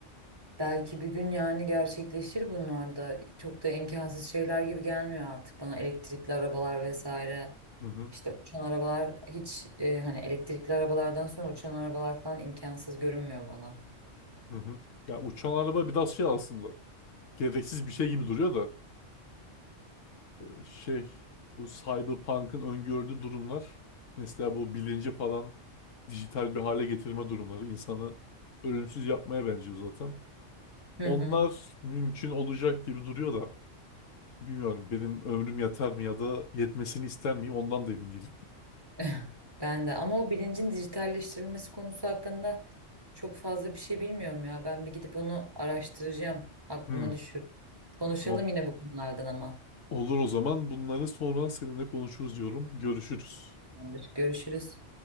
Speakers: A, on the right; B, on the left.
A: Belki bir gün yani gerçekleşir bunlar da. Çok da imkansız şeyler gibi gelmiyor artık bana elektrikli arabalar vesaire.
B: Hı hı.
A: İşte uçan arabalar hiç e, hani elektrikli arabalardan sonra uçan arabalar falan imkansız görünmüyor bana.
B: Hı hı. Ya uçan araba biraz şey aslında gereksiz bir şey gibi duruyor da Ee, şey bu Cyberpunk'ın öngördüğü durumlar mesela bu bilinci falan dijital bir hale getirme durumları insanı ölümsüz yapmaya benziyor zaten.
A: Hı
B: Onlar
A: hı.
B: mümkün olacak gibi duruyor da bilmiyorum benim ömrüm yeter mi ya da yetmesini ister miyim ondan da emin değilim.
A: <laughs> Ben de ama o bilincin dijitalleştirilmesi konusu hakkında çok fazla bir şey bilmiyorum ya. Ben bir gidip onu araştıracağım. Aklıma
B: Hmm,
A: düşür. Konuşalım
B: tamam.
A: yine bu konulardan ama.
B: Olur o zaman bunları sonra seninle konuşuruz diyorum. Görüşürüz.
A: Tamamdır. Görüşürüz.